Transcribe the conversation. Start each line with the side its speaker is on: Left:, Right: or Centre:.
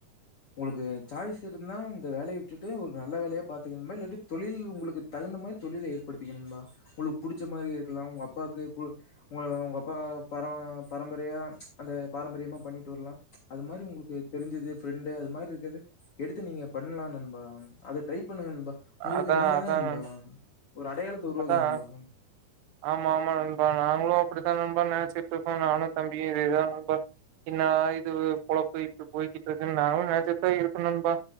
Left: உங்களுக்கு சாய்ஸ் இருந்தா இந்த வேலைய விட்டுட்டு ஒரு நல்ல வேலையா பாத்துக்கங்க நண்பா இல்லாட்டி தொழில் உங்களுக்கு தகுந் த மாரி தொழில ஏற்படுத்திக்ங்க நண்பா உங்களுக்கு புடிச்ச மாரி இருக்கலா உங்க அப் ப்பாக்கு பு உ உங்க அப்பா பரம்ப பரம்பரையா அந்த பாரம்பரியமா பண்ணிட்டு வரலா அது மாரி உங்களுக்கு தெரிஞ்சது ஃபிரெண்டு அது மாரி இருக்குறத எடுத்து நீங்க பண்லா நண்பா அத ட்ரை பண்ணுங்க நண்பா உங்களுக்கு
Right: அதான்
Left: நீங்க
Right: அதான்
Left: தான் நண்பா ஒரு அடையாளத்த உருவாக்குங்க
Right: அதான்
Left: நண்பா
Right: ஆமா ஆமா நண்பா நாங்களு அப்படித்தா நண்பா நினைச்சிட்டு இருக்கோ நானும் தம்பியும் இதெ தா நண்பா என்ன இது பொழப்பு இப்டி போய்க்கிட்டு இருக்குன்னு நானும் நெனச்சுட்டு தா இருக்கே நண்பா